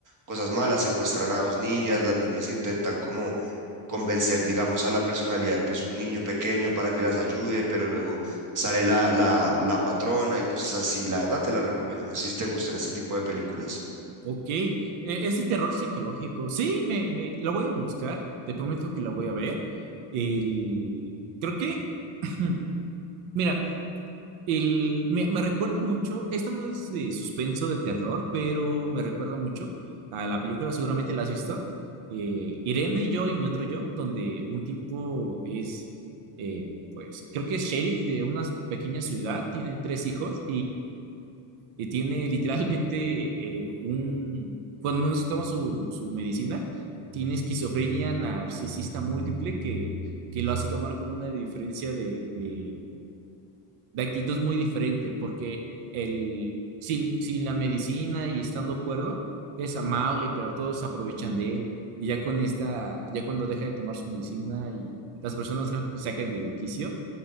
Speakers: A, on the right; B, on the right.
A: cosas malas, secuestran a dos niñas, las niñas intentan como convencer, digamos, a la personalidad que es un niño pequeño para que las ayude, pero luego sale la, la, la patrona y cosas así. La verdad te la recomiendo. No sé si te gustan este tipo de películas.
B: Ok, eh, es terror psicológico. Sí, me, me lo voy a buscar, te prometo que la voy a ver. El, creo que, <clears throat> mira, el, me, me recuerda mucho, esta no es de suspenso de terror, pero me recuerda mucho a la película, seguramente la has visto, eh, Irene, yo y mi otro yo, donde un tipo es, eh, pues, creo que es sheriff de una pequeña ciudad, tiene tres hijos y tiene literalmente eh, un... Cuando no se toma su, su medicina, tiene esquizofrenia narcisista múltiple que, que lo hace tomar como una diferencia de, de, de actitud muy diferente, porque el, sin, sin la medicina y estando cuerdo, es amable, pero todos se aprovechan de él. Y ya con esta, ya cuando deja de tomar su medicina y las personas lo sacan de quicio,